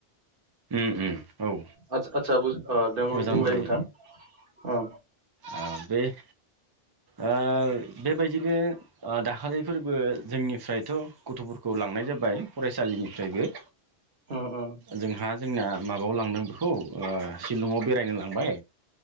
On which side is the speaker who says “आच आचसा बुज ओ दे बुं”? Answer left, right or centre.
Right